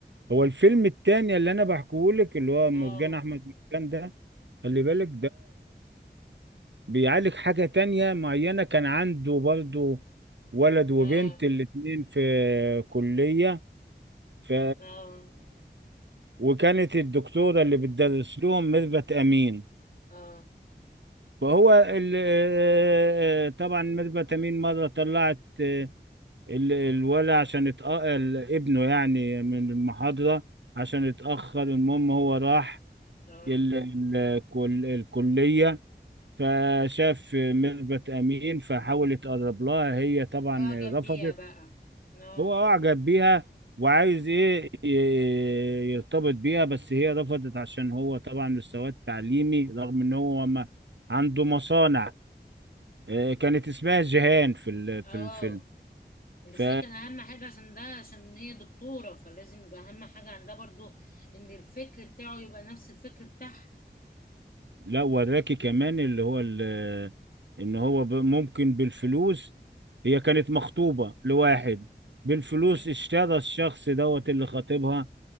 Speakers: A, on the right; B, on the left.
A: هو الفيلم التاني اللي انا بحكيه لك اللي هو مرجان
B: اه
A: احمد مرجان ده خلي بالك بيعالج حاجة تانية معينة كان عنده برضو ولد وبنت
B: اه
A: الاتنين في كلية ف
B: اه
A: وكانت الدكتورة اللي بتدرس لهم ميرفت أمين
B: اه
A: فهو ال... آه، آه، آه، طبعا ميرفت أمين مرة طلعت آه، ال- الولا عشان اتأقل ابنه يعني من المحاضرة عشان اتأخر المهم هو راح
B: اه
A: ال... ال... الكل- الكلية فشاف ميرفت أمين فحاول يتقرب لها هي طبعا
B: اعجب
A: رفضت
B: بيها بقى اه
A: هو أعجب بيها وعايز إيه ي- يرتبط بيها بس هي رفضت عشان هو طبعا مستواه التعليمي رغم إن هو ما عنده مصانع آه، كانت اسمها جيهان في ال- في
B: اه
A: الفيلم
B: بس
A: ف
B: هي كان اهم حاجه عشان ده عشان هي دكتوره فلازم يبقى اهم حاجه عندها برضو ان الفكر بتاعه يبقى نفس الفكر بتاعها
A: لا وراكي كمان اللي هو ال- إن هو ب- ممكن بالفلوس هي كانت مخطوبة لواحد بالفلوس
B: امم
A: اشترى الشخص دوت اللي خاطبها